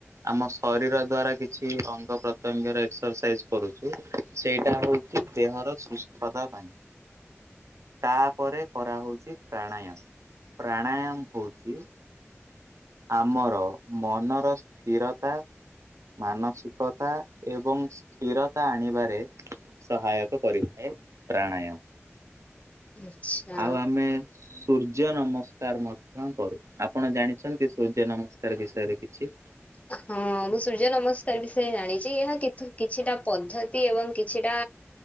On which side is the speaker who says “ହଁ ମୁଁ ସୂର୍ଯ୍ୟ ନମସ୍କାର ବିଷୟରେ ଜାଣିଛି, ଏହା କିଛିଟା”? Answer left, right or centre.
Left